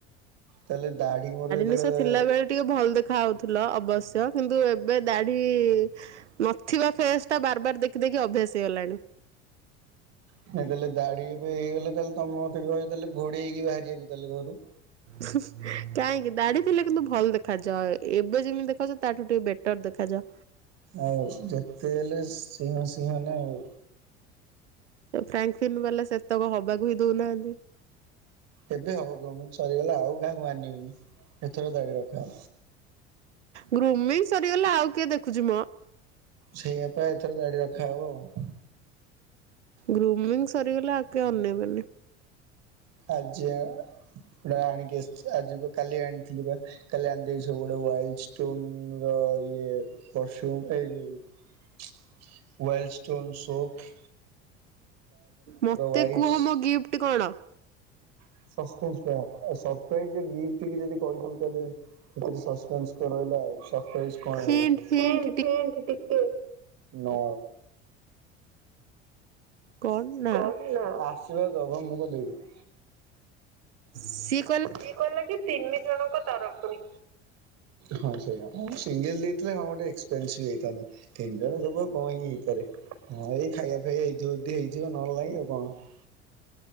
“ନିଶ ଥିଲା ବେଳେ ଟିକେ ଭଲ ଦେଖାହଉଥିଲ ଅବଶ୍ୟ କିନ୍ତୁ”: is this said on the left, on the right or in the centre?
Right